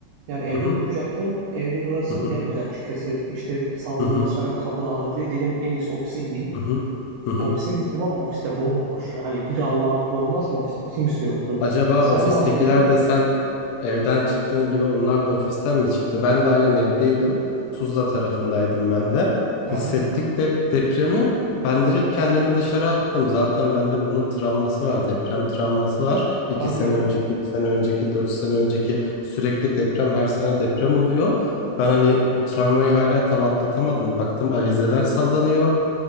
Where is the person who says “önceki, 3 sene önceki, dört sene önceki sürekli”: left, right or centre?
Left